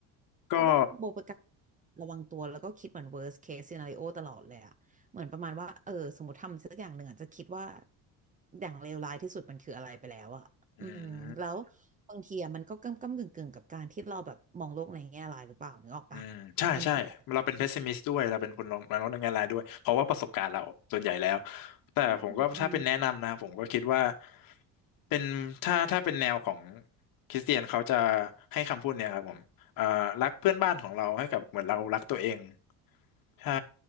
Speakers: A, on the left; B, on the right.
A: ก็
B: เพราะว่าโบเป็นการระวังตัวแล้วก็คิดเหมือน worst case scenario ตลอดเลยอะเหมือนประมาณว่าเออสมมติทำสักอย่างหนึ่งอะจะคิดว่าอย่างเลวร้ายที่สุดมันคืออะไรไปแล้วอะอืมแล้ว
A: อืม
B: บางทีอะมันก็ก้ำก้ำกึ่งกึ่งกับการที่เราแบบมองโลกในแง่ร้ายหรือเปล่านึกออกปะ
A: อืมใช่ใช่เราเป็นเพสซิมิสด้วยเราเป็นคนมองมองในแง่ร้ายด้วยเพราะว่าประสบการณ์เราส่วนใหญ่แล้ว
B: มันคือแบบ
A: แต่ผมก็ถ้าเป็นแนะนำนะผมก็คิดว่า
B: อืม
A: เป็นถ้าถ้าเป็นแนวของคริสเตียนเขาจะให้คำพูดเนี่ยครับผมเอ่อรักเพื่อนบ้านของเราให้กับเหมือนเรารักตัวเอง ใช่